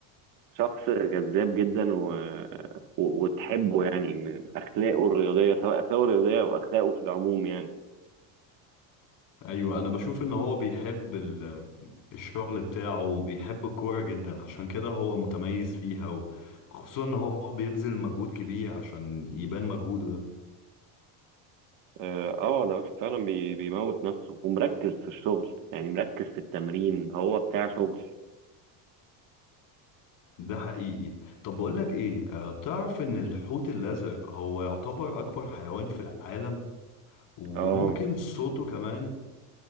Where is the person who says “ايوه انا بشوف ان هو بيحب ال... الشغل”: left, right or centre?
Left